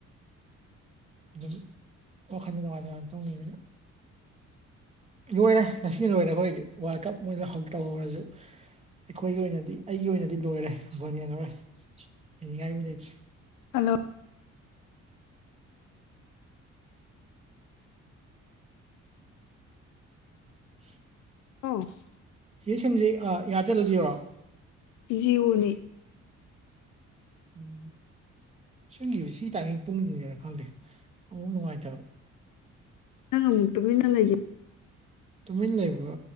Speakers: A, on the right (about 20°); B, on the left (about 85°).
A: ꯑꯗꯨꯝ ꯋꯥꯈꯟꯗ ꯅꯨꯡꯉꯥꯏꯇꯥꯅ ꯇꯨꯝꯒꯤꯕ ꯂꯣꯏꯔꯦ ꯉꯁꯤꯅ ꯂꯣꯏꯔꯦ ꯑꯩꯈꯣꯏꯗꯤ ꯋꯥꯔꯜ ꯀꯞ ꯃꯣꯏꯗ ꯍꯧ ꯇꯧꯍꯧꯔꯁꯨ ꯑꯩꯈꯣꯏꯒꯤ ꯑꯣꯏꯅꯗꯤ ꯑꯩꯒꯤ ꯑꯣꯏꯅꯗꯤ ꯂꯣꯏꯔꯦ ꯕꯣꯟ ꯌꯦꯡꯉꯔꯣꯏ ꯌꯦꯅꯤꯡꯉꯥꯏ ꯑꯃ ꯂꯩꯇ꯭ꯔꯦ
B: <unintelligible>
A: <unintelligible>
B: <unintelligible>
A: ꯆꯦ ꯁꯤꯝꯁꯤ ꯑꯦꯌꯥꯔꯇꯦꯜꯂꯣ ꯖꯤꯌꯣꯔꯣ
B: ꯕꯤꯖꯤ ꯑꯣꯏ
A: ꯎꯝ <unintelligible> ꯁꯤ ꯇꯥꯏꯃꯤꯡ ꯄꯨꯡꯅꯤꯡꯁꯤꯅꯔꯥ ꯈꯪꯗꯦ ꯑꯃꯨꯛ ꯅꯨꯡꯉꯥꯏꯇꯕ
B: ꯅꯪ ꯑꯃꯨꯛ ꯇꯨꯃꯤꯟꯅ <unintelligible>
A: ꯇꯨꯃꯤꯟ ꯂꯩꯕ